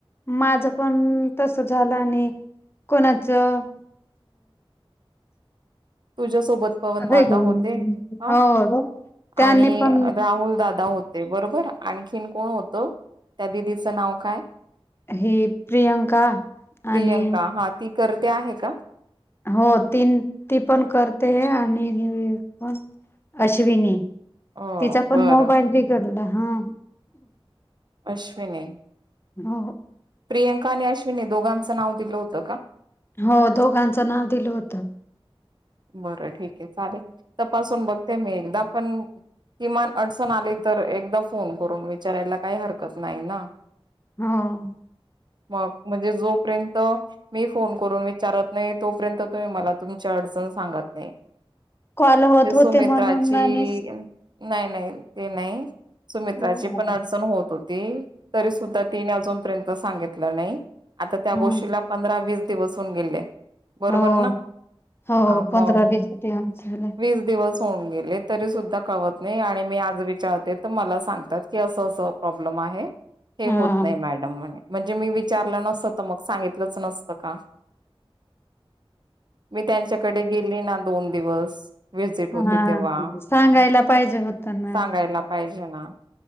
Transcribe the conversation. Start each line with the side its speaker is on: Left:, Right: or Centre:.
Left: माझं पण तस झालं नाही कोणाचं
Right: तुझ्यासोबत पवन
Left: हो
Right: दादा होते हा
Left: त्यांनी
Right: आणि
Left: पण
Right: राहुल दादा होते बरोबर आणखीन कोण होतं त्या दिदीचं नाव काय
Left: हि प्रियांका
Right: प्रियंका
Left: आणि
Right: हा ती करते आहे का
Left: हो तीन पण करते आणि पण अश्विनी
Right: अ
Left: तिचा पण
Right: बरं
Left: मोबाईल बिघडला हा
Right: अश्विनी
Left: हो
Right: प्रियंका आणि अश्विनी दोघांचं नाव दिलं होतं का.
Left: हो दोघांचं नाव दिलं होत.
Right: बरं ठीक आहे चालेल तपासून बघते मी एकदा पण किमान अडचण आली तर एकदा फोन करून विचारायला काही हरकत नाही ना.
Left: हो
Right: मग म्हणजे जोपर्यंत मी फोन करून विचारत नाही तोपर्यंत तुम्ही मला तुमच्या अडचण सांगत नाही.
Left: कॉल होत
Right: ते सुमित्राची
Left: होते म्हणून आणि
Right: नाही नाही ते नाही सुमित्राची
Left: हम्म
Right: पण अडचण होत होती. तरी सुद्धा तिने अजूनपर्यंत सांगितलं नाही. आता त्या
Left: हम्म
Right: गोष्टीला पंधरा वीस दिवस होऊन गेले बरोबर
Left: हो
Right: ना.
Left: हो
Right: हा मग
Left: पंधरा वीस दिवस झाले
Right: वीस दिवस होऊन गेले तरी सुद्धा कळवत नाही आणि मी आज विचारते मला सांगतात कि असं असं प्रॉब्लेम आहे हे
Left: हा
Right: होत नाही मॅडम म्हणे म्हणजे मी विचा विचारलं नसत तर मग सांगितलंच नसत का मी त्यांच्या कडे गेली ना दोन दिवस व्हिजिट होती
Left: हा
Right: तेव्हा
Left: सांगायला पाहिजे होत मॅडम
Right: सांगायला पाहिजे ना